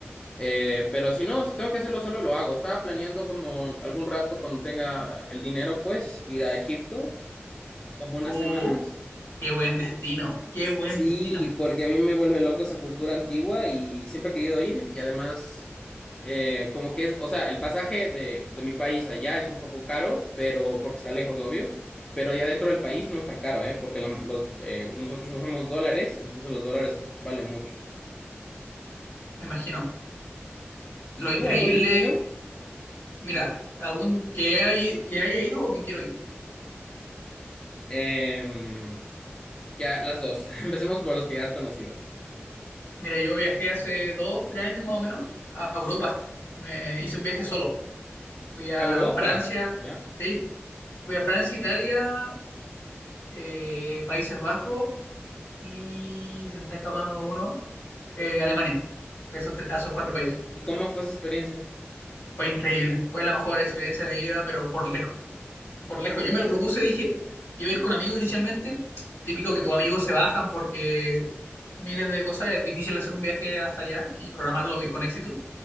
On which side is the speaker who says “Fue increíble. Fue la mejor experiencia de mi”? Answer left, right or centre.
Left